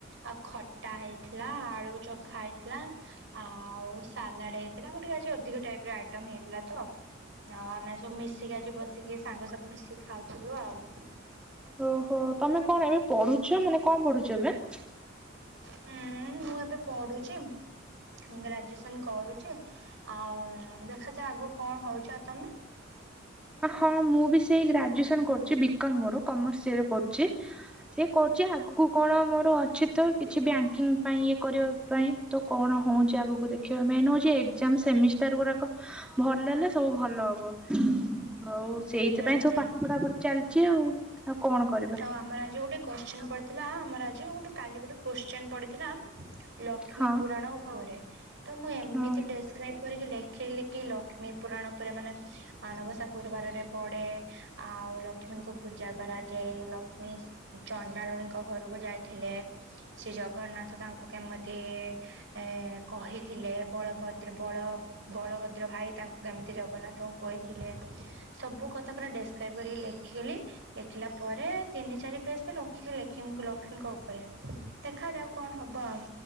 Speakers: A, on the right (about 65°); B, in the centre.
A: ଆଉ ଖଟା ହେଇଥିଲା ଆଳୁ ଚଖା ହେଇଥିଲା। ଆ ଆଉ ସାଲାଡ ହେଇଥିଲା ଆମ ଟିକେ ଆଜି ଅ ଅଧିକ ଟାଇପର ଆଇଟମ୍ ହେଇଥିଲା ତ ଆଉ ଆମେ ଆଜି ସବୁ ମି ଶିକି ଆଜି ବସିକି ସାଙ୍ଗସଥି ମିଶିକି ଖାଉଥୁଲୁ ଆଉ।
B: ଓହୋ ତମେ କଣ ଏବେ ପଢୁଛ ମାନେ କଣ ପଢୁଛ ଏବେ?
A: ଉଁ ମୁଁ ଏବେ ପଢୁଚି ଗ୍ରାଜୁଏସନ କରୁଚି ଆଉ ଦେଖାଯାଉ ଆଗକୁ କଣ ହୋଉଚି ଆଉ ତମେ?
B: ହଁ ମୁଁ ବି ସେଇ ଗ୍ରାଜୁଏସନ କରୁଚି ବି କମ୍ ମୋର କମର୍ସରେ କରୁଚି। ସିଏ କରୁଚି ଆଗକୁ କଣ ମୋର ଅଛି ତ କିଛି ବ୍ୟାଙ୍କିଙ୍ଗ ପାଇଁ ଇଏ କରିବ ପାଇଁ ତ କଣ ହୋଉଚି ଆଗକୁ ଦେଖିବା ମେନ୍ ହୋଉଚି ଏଗଜାମ ସେମିଷ୍ଟାରଗୁରାକ ଭଲ ହେଲେ ସବୁ ଭଲ ହ ବ ଆଉ ସେଇଥିପାଇଁ
A: ହୁଁ
B: ସବୁ
A: ହୁଁ
B: ପାଠ ପଢାପଢି ଚାଲିଚି ଆଉ ଆଉ କଣ କ
A: ତ ଆମେ ଆଜି ଗୋଟେ କୋଶ୍ଚିନ ପ ଥିଲା ଆମର ଆଜି ଗୋଟେ କାଲି ଗୋଟେ କୋଶ୍ଚନ ପଢଥିଲା ଲ ଲକ୍ଷ୍ମୀ
B: ହଁ
A: ପୁରାଣ ଉପରେ ତ ମୁଁ ଏମିତି
B: ହଁ।
A: ଡେ କ୍ରାଇବ୍ କରିକି ଲେଖିଲି କି ଲକ୍ଷ୍ମୀ ପୁରାଣ ଉପରେ ମାନେ ମାଣବସା ଗୁରୁବାରରେ ପଡେ ଆଉ ଲକ୍ଷ୍ମୀଙ୍କୁ ପୂଜା କରା ଯେ ଲକ୍ଷ୍ମୀ ଚଣ୍ଡାଲୁଣୀଙ୍କ ଘରକୁ ଯାଇଥିଲେ ଶ୍ରୀ ଜଗନ୍ନାଥ ତାଙ୍କୁ କେମିତି ଏ କହିଥିଲେ ବଳଭଦ୍ର ବଳ ବଳଭଦ୍ର ଭାଇ ତାଙ୍କୁ କେମିତି ଜଗନ୍ନାଥଙ୍କୁ କହିଥିଲେ ସବୁ କଥା ପୁରା ଡେସକ୍ରାଇବ କରିକି ଲେଖିଲି ଲେଖିଲା ପରେ ତିନି ଚାରି ପେଜଟା ରଖିଚି ଲେଖିନି ଲକ୍ଷ୍ମୀଙ୍କ ଓପରେ ଦେଖାଯାଉ କଣ ହବ ଆଉ